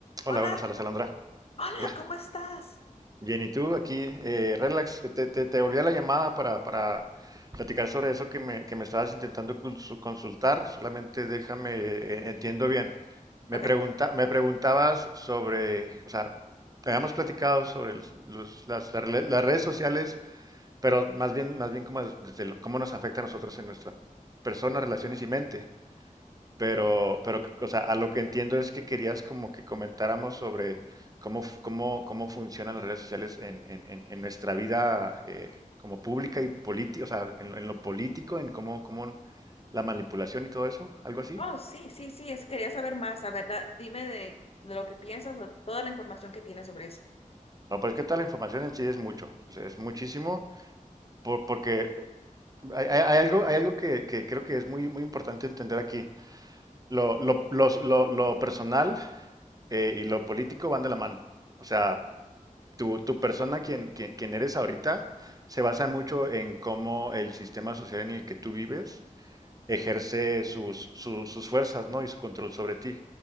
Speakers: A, on the right; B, on the left.
A: Hola,
B: Hola,
A: buenas tardes, Alondra.
B: hola,
A: Hola.
B: ¿cómo estás?
A: Bien, ¿y tú? Aquí, eh, relax, te, te, te volví a la llamada para, para platicar sobre eso que me, que me estabas intentando consu- consultar, solamente déjame, eh, entiendo bien. Me
B: Ok.
A: pregunta, me preguntabas sobre, o sea, habíamos platicado sobre los- los- las, las rele- las redes sociales, pero más bien, más bien como desde lo- cómo nos afecta a nosotros en nuestra persona, relaciones y mente. Pero, pero, o sea, a lo que entiendo es que querías como que comentáramos sobre cómo, f- cómo, cómo funcionan las redes sociales en, en- en- en nuestra vida eh, como pública y política, o sea, en, en lo político, en cómo, cómo la manipulación y todo eso, algo así.
B: Oh, sí, sí, sí, es, quería saber más, la verdad. Dime de, de lo que piensas o toda la información que tienes sobre eso.
A: No, pues que tal la información en sí es mucho, o sea, es muchísimo, por- porque hay, hay- hay algo, hay algo que, que creo que es muy, muy importante entender aquí. Lo, lo, los- lo, lo personal eh, y lo político van de la mano. O sea, tu, tu persona, quien, quien, quien eres ahorita, se basa mucho en cómo el sistema social en el que tú vives ejerce sus, su- sus fuerzas, ¿no? Y su control sobre ti.